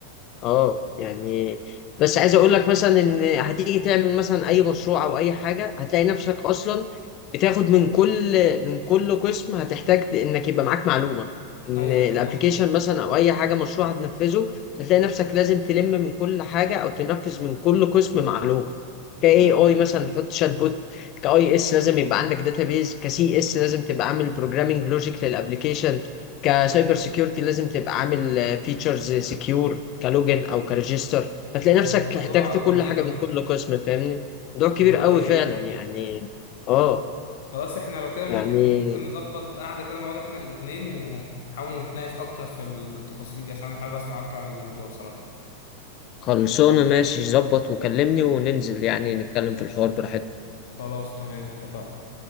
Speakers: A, on the left; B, on the left.
A: اه يعني بس عايز اقول لك مثلا ان هتيجي تعمل مثلا اي مشروع او اي حاجه هتلاقي نفسك اصلا بتاخد من كل من كل قسم هتحتاج ت- انك يبقى معاك معلومه ان
B: ايوه
A: الابلكيشن
B: بالظبط
A: مثلا او اي حاجه مشروع هتنفذه هتلاقي نفسك لازم تلم من كل حاجه او تنفذ من كل قسم معلومه كاي اي مثلا حط شات بوت كاي اس لازم يبقى عندك داتابيز كسي اس لازم تبقى عامل بروجرامنج لوجيك للابلكيشن كسايبر سيكيورتي لازم تبقى عامل فيتشرز سكيور كلوجن او كريجستر فتلاقي نفسك
B: ده الموضوع
A: احتجت كل
B: كبير
A: حاجه
B: اوي
A: من كل قسم فاهمني موضوع كبير
B: الموضوع
A: قوي
B: كبير
A: فعلا يعني اه
B: خلاص احنا لو كده
A: يعني
B: ممكن ممكن نظبط قعده كده نقعد احنا الاتنين ونحاول نتناقش اكتر في ال... في التفاصيل دي عشان انا حابب اسمع اكتر عن الموضوع بصراحه
A: خلصانه ماشي ظبط وكلمني وننزل يعني نتكلم في الحوار براحتنا
B: خلاص تمام اتفقنا